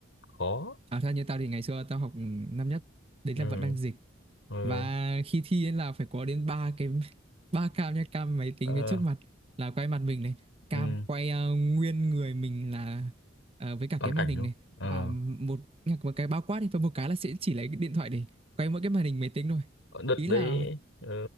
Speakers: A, on the left; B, on the right.
A: khó
B: à theo như tao thì ngày xưa tao học năm nhất đấy
A: ừ
B: là vẫn đang dịch
A: ừ
B: và khi thi ấy là phải có đến ba cái <laughs> ba cam nha cam máy tính
A: ờ,
B: phía trước mặt là quay mặt mình này
A: ừ
B: cam quay ờ, nguyên người mình là ờ, với cả
A: toàn
B: cái màn
A: cảnh
B: hình
A: luôn
B: này
A: ờ
B: và một một cái bao quát đi và một cái là sẽ chỉ lấy cái điện thoại để quay mỗi cái màn hình máy tính thôi
A: đợt
B: ý
A: đấy
B: là
A: ờ